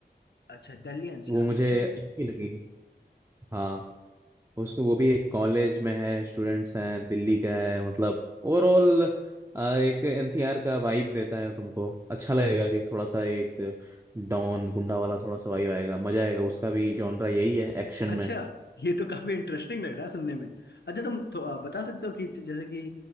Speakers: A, on the left; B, on the right.
A: अच्छा दिल्ली एनसीआर
B: वो मुझे
A: अच्छा
B: अच्छी लगी हाँ उसको वो भी एक कॉलेज में है स्टूडेंट्स हैं दिल्ली का है मतलब ओवरऑल एक एनसीआर का वाइब देता है तुमको अच्छा लगेगा कि थोड़ा सा एक डॉन गुंडा वाला थोड़ा सा वाइब आएगा मजा आएगा उसका भी जॉनरा यही है एक्शन
A: अच्छा
B: में
A: ये तो काफी इंटरेस्टिंग लग रहा है सुनने में अच्छा तुम तो, अ, बता सकते हो कि जैसे कि